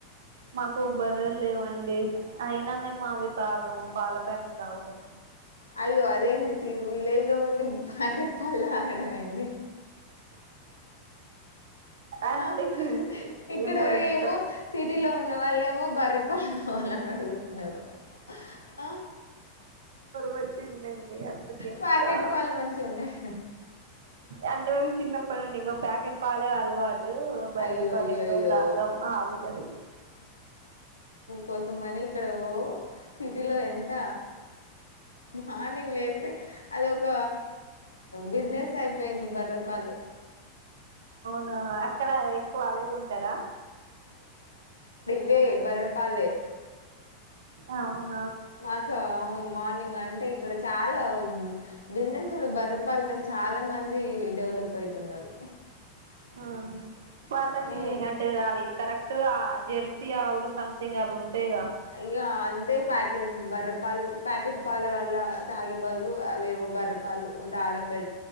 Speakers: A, on the right (about 60°); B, on the left (about 75°).
A: మాకు బర్రెలు లేవండి అయినా మేము అవి తాగము పాల ప్యాకెట్ తాగుతాం
B: అయ్యో అదేంటి విలేజ్ లో ఉండి ప్యాకెట్ పాలు తాగడం ఏంది
A: అంటే
B: ఆ ఇక్కడ
A: ఏమో ఇంకా
B: ఏమో సిటీలో ఉన్న వాళ్ళేమో బర్రె పాలు కావాలని అడుగుతున్నారు ఆ,
A: పెట్టిందండి అందుకే
B: ప్యాకెట్
A: ఇంకా
B: పాలు మంచిగా ఉన్నాయి
A: అంటే మేము చిన్నప్పడుండి ఇంకా ప్యాకెట్ పాలే కా అలవాటు బర్రె
B: అయ్యో
A: పాలు
B: అయ్యో
A: ఎక్కువ
B: అయ్యో
A: తాగము ఆవులవి
B: కోసం అని ఇక్కడ ఓ సిటీలో ఎంత మార్నింగ్ లేస్తే అదొక బిజినెస్ అయిపోయింది బర్రె పాలు
A: ఆ అక్కడ ఎక్కువ అవే కొంటారా
B: వే బర్రె పాలే
A: అవును
B: మాకా అవును మార్నింగ్ అంటే ఇక్కడ చాలా బిజినెస్ కూడా బర్రె పాలతోని చాలా మంది డెవలప్ అయితున్నారు
A: ఆహా వాళ్ళకి
B: హ్మ్.
A: అంటే అవి కరెక్ట్ గా జెర్సీ ఆవులు సంథింగ్ అవి ఉంటాయిగా
B: ఇగ అంతే ప్యాకెట్ బర్రెపాలు ప్యాకెట్ పాల వల్ల ల తాగే బదులు అవేవో బర్రెపాలు తాగడం బె